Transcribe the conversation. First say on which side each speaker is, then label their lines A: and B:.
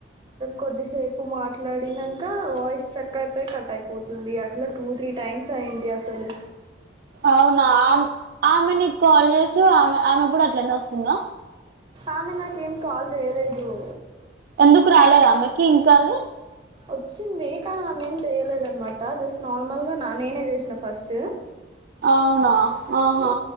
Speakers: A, on the right; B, on the right.
A: కొద్దిసేపు మాట్లాడినంకా వాయిస్ చెక్ అయిపోయి కట్ అయిపోతుంది అట్లా టూ త్రీ టైమ్స్ అయిందస్సలూ
B: అవునా అం ఆమె నీకు కాల్ చేసె ఆమె ఆమె కూడా అట్లనే వస్తుందా
A: ఆమె నాకేం కాల్ చేయలే బ్రో
B: ఎందుకు రాలేదు ఆమ్మెకి ఇంకాల్
A: వచ్చింది కానీ ఆమె ఏం చేయలేదన్మాట్ ట జస్ట్ నార్మల్ గా నేనే చేసిన ఫస్ట్
B: అవునా ఆహా
A: ఉ